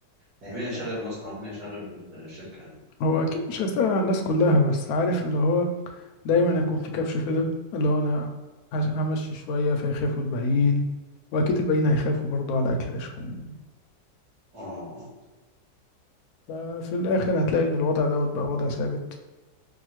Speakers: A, on the right; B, on the left.
A: يعني مين هيشغل المصنع؟ مين هيشغل الشركة؟
B: هو أكيد مش هيستغنى عن الناس كلها بس عارف اللي هو دايما هيكون في كبش فدا اللي هو أنا هش- همشي شوية فيخافوا الباقيين وأكيد الباقيين هيخافوا برضو على أكل عيشهم
A: اه
B: ففي الآخر هتلاقي إن الوضع دوت بقى وضع ثابت